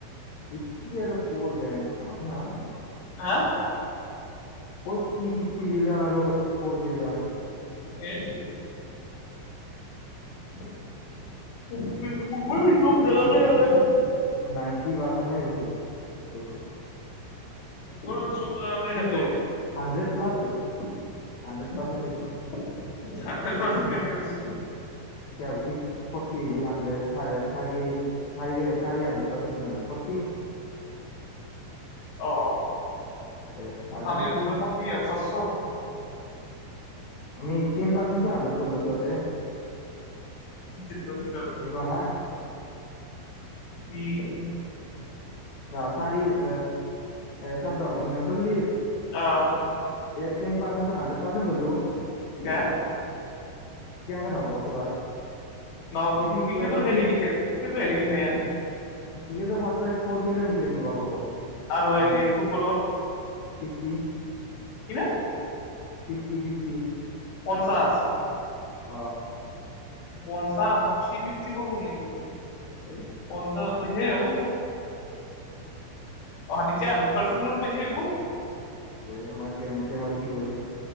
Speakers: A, on the left; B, on the left.
A: ফিফটি আৰু আৰু ফৰ বেংক খালি ন। <unintelligible>
B: হা,
A: কত থিৰী ফিফটি বিলিয়ন আৰু ফৰ বিলিয়ন,
B: সেইট, <unintelligible> খেলে
A: নাইনটি পাৰ্চেনে বেছি কৈছে।
B: প চব জাগাতে খেলেই।
A: ক'ত হাণ্ড্ৰেড প্লাছ দিওঁ
B: <unintelligible>
A: হাণ্ড্ৰেড পাৰ্চেণ্ট বেছি <unintelligible> ফটি হলি হান্দ্ৰেদ ছাৰে চাৰি চাৰি হান্দ্ৰেড পাৰ্চেন্ট কিমান হব <unintelligible> কি
B: অ,
A: হয়
B: চাধিন
A: ফিফটি
B: <unintelligible> ফৰ্টি হব চাৰশ হ'ব।
A: আমি টেন পাৰ্চেটটো হাড্ৰেড কৰি লৈছো ইতে।
B: ফিফটিন পাৰ্চেণ্ট
A: পুজিবা নাই
B: কি
A: অ চাৰি এ চাদ্যখন কিমান চল্লিশ
B: আহ
A: এ টেন পাৰ্চেণ্টটো হাড্ৰেড পাৰ্চেন্ট ধল্লো কেনেকে
B: কে
A: নহব কছো তই।
B: ন
A: সেইটো ইকুৱে
B: ক্ৰিকটৰ
A: সেইটো
B: হেৰি কি খ ক্ৰিকটৰ হেৰি কিমান?
A: ক্ৰিকেটৰ ফাৰ্ষ্ট প্ৰাইজ ফৰ বিলিয়ন কিজেনি ৱৰ্ল্ড কাপত।
B: আৰু
A: উইনিং
B: হেৰি ফুটবলত?
A: ফিফটি
B: কিমান
A: ফিফটি ফিফটি
B: পঞ্চাছ
A: অ
B: পঞ্চাশ ম থ্ৰী ফিফটি ফ শনিছো
A: এই
B: পঞ্চাশ
A: ধৰা
B: হ সেই হ'ব অতিয়া হাড্ৰড পাৰ্চেট বেি হ
A: তে মই তেম কি কৈছো